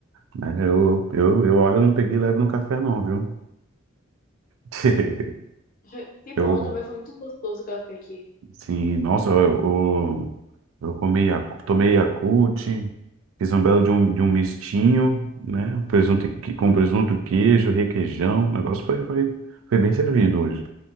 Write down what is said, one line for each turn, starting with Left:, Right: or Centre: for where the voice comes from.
Right: né? Eu, eu, eu olha, eu não peguei leve no café não, viu? <laughs>
Left: <laughs> Que bom,
Right: Eu,
Left: também foi muito gostoso o café aqui.
Right: sim, nossa, eu, eu, eu comi, Yaku- tomei Yakult, fiz um belo de um, de um mistinho, né? Um Presunto, e que- com presunto, queijo, requeijão. O negócio foi, foi, foi bem servido hoje.